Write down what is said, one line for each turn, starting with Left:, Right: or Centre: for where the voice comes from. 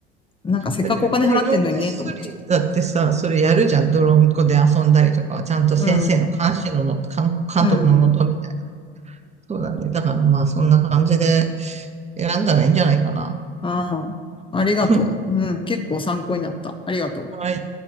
Left: なんかせっかくお金払ってんのにね、
Right: だって別にモンテッソリだってさ、
Left: と思っちゃって。
Right: それやるじゃん。泥んこで遊んだりとかは、ちゃんと先生の監視のもと、
Left: うん。
Right: 監監督のもとみたいな。
Left: うん。
Right: そうだね。だからまあそんな感じで選んだらいいんじゃないかな。
Left: ああ、ありがとう。
Right: <laughs>
Left: うん、結構参考になった。ありがとう。
Right: はい